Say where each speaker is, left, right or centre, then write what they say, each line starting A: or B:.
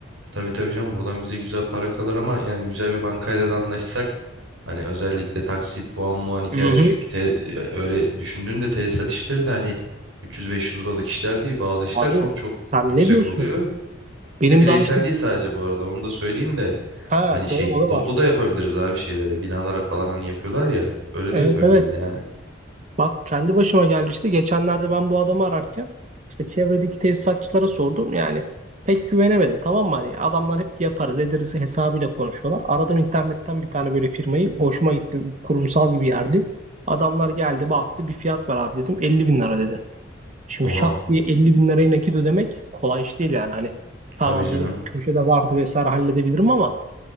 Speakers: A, on the right; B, on the right.
A: tabii tabii canım buradan bize güzel para kalır ama yani güzel bir bankayla da anlaşsak hani özellikle taksit puan muan hikayesi
B: Hı hı.
A: çünkü te- öyle düşündüğünde tesisat işleri de hani 300-500 liralık işler değil bazı işler
B: Abi
A: çok çok
B: sen
A: yüksek
B: ne diyorsun?
A: oluyor.
B: Benim
A: Bir de bireysel
B: daha işte
A: değil sadece bu arada onu da söyleyeyim de
B: ha
A: hani şey
B: doğru o da
A: toplu
B: var.
A: da yapabiliriz abi şeylere binalara falan hani yapıyorlar ya öyle
B: Evet
A: de yapabiliriz
B: evet.
A: yani.
B: Bak kendi başıma geldi işte. Geçenlerde ben bu adamı ararken işte çevredeki tesisatçılara sordum. Yani pek güvenemedim tamam mı? Hani adamlar hep yaparız ederiz hesabıyla konuşuyorlar. Aradım internetten bir tane böyle firmayı. Hoşuma gitti. Kurumsal gibi yerdi. Adamlar geldi baktı bir fiyat var abi dedim. 50 bin lira dedi. Şimdi
A: Oha
B: şak diye 50 bin lirayı nakit ödemek kolay iş değil yani. Hani tamam
A: tabii canım.
B: benim köşede vardı vesaire halledebilirim ama